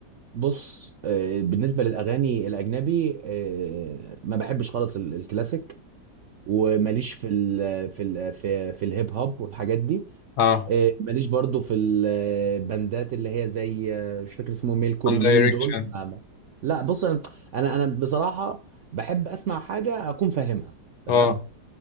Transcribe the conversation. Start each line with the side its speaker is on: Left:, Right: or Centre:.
Right: بص آه، بالنسبة للأغاني الأجنبي آه، ما بحبش خالص ال- الكلاسيك وماليش في ال في ال في, في الهيب هوب والحاجات دي
Left: اه
Right: إيه، ماليش برضو في الباندات اللي هي زي آه، مش فاكر اسمهم ايه الكوريين
Left: وان دايركشن
Right: دول ما- ما- لا بص انا انا أنا بصراحه بحب اسمع حاجه اكون فاهمها تمام
Left: اه